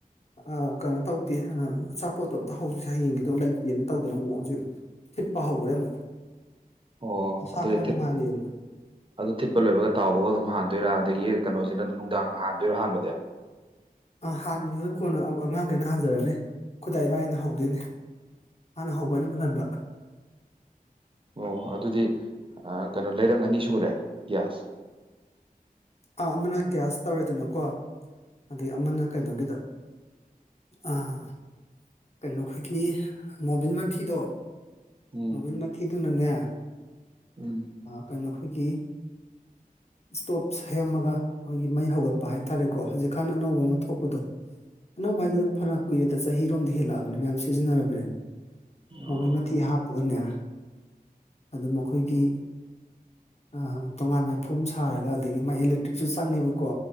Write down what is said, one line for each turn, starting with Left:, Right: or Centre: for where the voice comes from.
Left: ꯑ ꯀꯅꯣ ꯇꯧꯗꯦ ꯑ ꯑꯆꯥꯄꯣꯠꯇꯣ ꯑꯝꯇ ꯍꯧꯔꯨꯆꯣ ꯍꯌꯦꯡꯒꯤꯗꯣ ꯂꯩꯇꯦꯅ ꯇꯧꯗꯅ ꯑꯃꯨꯛ ꯍꯨꯖꯤꯛ ꯊꯤꯠꯄ ꯍꯧꯒ꯭ꯔꯦ ꯑꯃꯨꯛ
Right: ꯑꯣ
Left: ꯃꯁꯥ
Right: ꯑꯗꯨꯑꯣꯏꯊꯦ
Left: ꯈꯔ ꯅꯨꯡꯉꯥꯏꯔꯦꯅ
Right: ꯑꯗꯨ ꯊꯤꯠꯄ ꯂꯣꯏꯕꯒ ꯇꯥꯎꯕꯒ ꯑꯗꯨꯝ ꯍꯥꯟꯗꯣꯏꯔꯥ ꯑꯗꯒꯤ ꯀꯅꯣꯖꯤꯅ ꯑꯗꯨꯝ ꯅꯨꯡꯗꯥꯡ ꯍꯥꯟꯗꯣꯏꯔ ꯍꯥꯟꯕꯗꯤ
Left: ꯑ ꯍꯥꯟꯕꯗꯨꯅ ꯀꯣꯟꯅ ꯑꯉꯥꯡꯒꯩꯅ ꯍꯥꯟꯖꯔꯅꯤ ꯈꯣꯗꯥ ꯏꯕꯥꯥꯏꯅꯤꯅ ꯍꯧꯗꯣꯏꯅꯤ ꯃꯥꯅ ꯍꯧꯕ ꯑꯩꯅ ꯃꯨꯜꯍꯟꯕ
Right: ꯑꯣ ꯑꯗꯨꯗꯤ ꯑ ꯀꯅꯣ ꯂꯩꯔꯪ ꯑꯅꯤ ꯁꯨꯔꯦ ꯒ꯭ꯌꯥꯁ
Left: ꯑꯥ ꯑꯃꯅ ꯒ꯭ꯌꯥꯁ ꯇꯧꯔꯦꯗꯅꯀꯣ ꯑꯗꯩ ꯑꯃꯅ ꯀꯩꯅꯣꯒꯤꯗ ꯑꯥ ꯀꯩꯅꯣ ꯈꯣꯏꯒꯤ ꯃꯣꯕꯤꯟ ꯃꯊꯤꯗꯣ
Right: ꯎꯝ
Left: ꯃꯣꯕꯤꯟ ꯃꯊꯤꯗꯨꯅꯅꯦ ꯑ
Right: ꯎꯝ
Left: ꯀꯩꯅꯣ ꯈꯣꯏꯒꯤ ꯏꯁꯇꯣꯞ ꯁꯦꯝꯃꯒ ꯈꯣꯏꯒꯤ ꯃꯩ ꯍꯧꯒꯠꯄ ꯍꯥꯏꯇꯥꯔꯦꯀꯣ ꯍꯨꯖꯤꯛꯀꯥꯟ ꯑꯅꯧꯕ ꯃ ꯊꯣꯛꯄꯗꯣ ꯑꯅꯧꯕ ꯍꯥꯏꯖꯤꯗ ꯐꯅ ꯀꯨꯏꯔꯦꯗ ꯆꯍꯤꯔꯣꯝꯗꯤ ꯍꯦꯜꯂꯛꯑꯕꯅꯤ ꯃꯌꯥꯝ ꯁꯤꯖꯤꯟꯅꯔꯕꯅꯦ
Right: ꯑꯣ
Left: ꯃꯣꯕꯤꯟ ꯃꯊꯤ ꯍꯥꯞ ꯄꯒꯅꯦ ꯑꯗꯨꯝ ꯑꯈꯣꯏꯒꯤ ꯑ ꯇꯣꯉꯥꯟꯅ ꯐꯣꯝ ꯊꯥꯔꯒ ꯑꯗꯒꯤ ꯃꯥꯥꯏ ꯑꯦꯂꯦꯛꯇ꯭ꯔꯤꯛꯆꯨ ꯆꯪꯉꯦꯕꯀꯣ